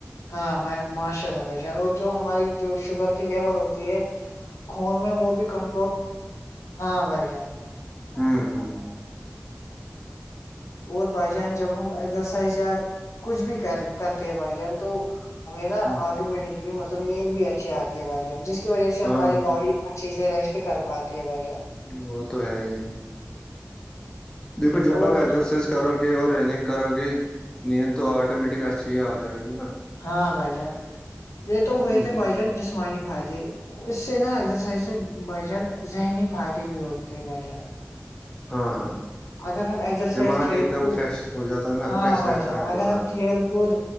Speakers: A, on the left; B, on the left.
A: ہاں ماشاء اللہ بھائی جان اور جو ہماری جو شوگر کی لیول ہوتی ہے خون میں وہ بھی کنٹرول ہاں بھائی جان
B: ہوں ہوں
A: اور بائی جان جب ہم ایکزرسائز یا کچھ بھی کر کرتے ہیں بائی جان تو ہمیں نا
B: ہ
A: آٹومیٹیکلی مطلب نیند بھی اچھی آتی ہے بھائی جان جس کی وجہ سے ہماری
B: ہاں
A: باڈی اچھی سے ریسٹ کر پاتی ہے بھائی جان
B: وہ تو ہے ہی دیکو ج
A: اور
B: بابپ ایکسرسائز کرو گے اور رننگ کرو گے نیند تو آٹومیٹک اچھی ہی آ جائے گی نا
A: ہاں بھائی جان یہ تو ہوئے
B: ہ
A: تھے بھائی جان جسمانی فائدے اس سے نا ایگزرسائز سے بائی جان ذہنی فائدے بھی ہوتے ہے بائی جان
B: ہاں ہاں
A: اگر ہم ایگزرسائز
B: دماغ
A: کھیل
B: ایک دم
A: کود
B: فریش ہو جاتا ہے نا
A: ہاں
B: فریش
A: بھائی
B: رہتا
A: جان
B: ہے دماغ
A: اگر ہم کھیل کود